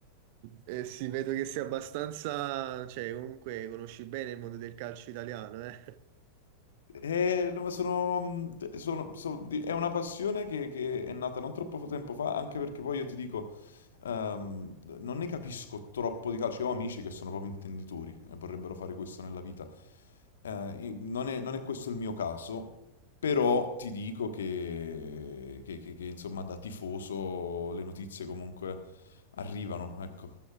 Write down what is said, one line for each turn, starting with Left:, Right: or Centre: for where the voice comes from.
Right: E si vedo che sei abbastanza, cioè comunque conosci bene il mondo del calcio italiano, eh?
Left: Eh, no, ma sono- sono- sono- so, di- è una passione che, che è nata non troppo tempo fa, anche perché poi io ti dico, ehm, non ne capisco troppo di calcio. Io ho amici che sono proprio intenditori e vorrebbero fare questo nella vita. Eh, io- non è, non è questo il mio caso, però ti dico che, che- che- che, insomma, da tifoso le notizie comunque arrivano, ecco.